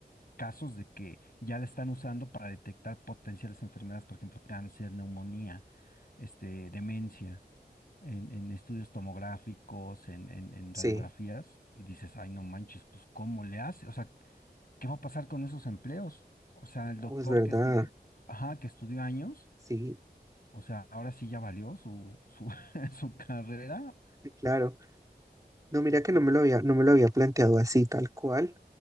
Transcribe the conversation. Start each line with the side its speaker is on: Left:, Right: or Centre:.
Left: casos de que ya la están usando para detectar potenciales enfermedades, por ejemplo, cáncer, neumonía, este, demencia, en, en estudios tomográficos, en, en, en
Right: Sí,
Left: radiografías, y dices, ay, no manches, pues, ¿cómo le hace? O sea, ¿qué va a pasar con esos empleos? O sea, el doctor
Right: oh, es verdad,
Left: que estudió, ajá, que estudió años,
Right: sí,
Left: o sea, ahora sí ya valió su, su, <laughs> su carrera.
Right: sí, claro. No, mira que
Left: Eh,
Right: no me lo había, no me lo había planteado así, tal cual,